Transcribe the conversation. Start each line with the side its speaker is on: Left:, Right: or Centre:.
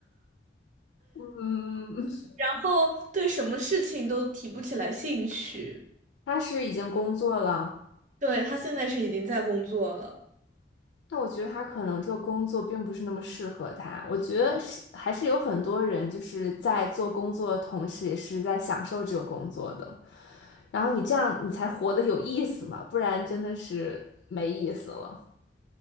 Left: 嗯，<laughs>
Right: 然后对什么事情都提不起来兴趣。
Left: 他是已经工作了，
Right: 对，他现在是已经在工作了。
Left: 但我觉得他可能这个工作并不是那么适合他。我觉得是还是有很多人就是在做工作的同时，也是在享受这个工作的。然后你这样，你才活得有意思嘛，不然真的是没意思了。